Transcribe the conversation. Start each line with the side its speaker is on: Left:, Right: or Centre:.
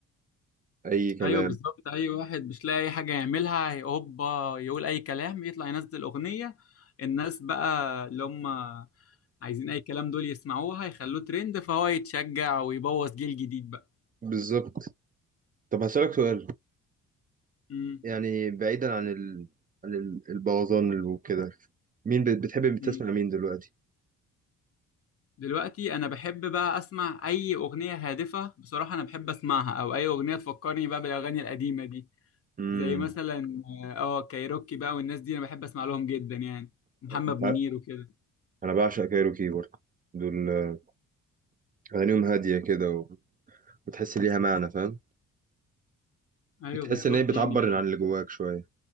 Right: اي كلام
Left: ايوه بالظبط اي واحد مش لاقي اي حاجه يعملها هي- هوبا يقول اي كلام يطلع ينزل اغنيه الناس بقى اللي هم عايزين اي كلام دول يسمعوها يخلوه ترند فهو يتشجع ويبوظ جيل جديد بقى
Right: بالظبط طب هسألك سؤال
Left: امم
Right: يعني بعيدا عن ال... عن ال- البوظان وكده مين بت- بتحب بتسمع
Left: مم.
Right: مين دلوقتي
Left: دلوقتي انا بحب بقى اسمع اي اغنيه هادفه بصراحه انا بحب اسمعها او اي اغنيه تفكرني بقى بالاغاني القديمه دي
Right: امم
Left: زي مثلا اه آه، كايروكي بقى والناس دي انا بحب اسمع لهم جدا يعني محمد
Right: انت
Left: منير
Right: ع-
Left: وكده
Right: انا بعشق كايروكي برضه دول آه، اغانيهم هاديه كده و- وتحس ليها معنى فاهم
Left: ايوه
Right: بتحس
Left: بالظبط
Right: ان هي بتعبر
Left: يعني بي-
Right: عن اللي جواك شويه